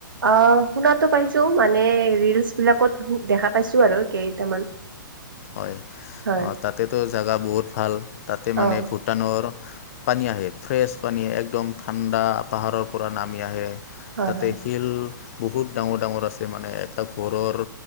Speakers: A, on the right; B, on the left.
A: অ শুনাটো পাইছো মানে ৰিলচ বিলাকত দেখা পাইছো আৰু কেইটামান।
B: হয়
A: হয়
B: অ তাতেতো জাগা বহুত ভাল, তাতে মানে
A: অ
B: ভূটানৰ পানী আহে ফ্ৰেছ পানী একদম ঠাণ্ডা পাহাৰৰ পৰা নামি আহে।
A: হয়
B: তাতে
A: হয়
B: শিল বহুত ডাঙৰ ডাঙৰ আছে মানে এটা ঘৰৰ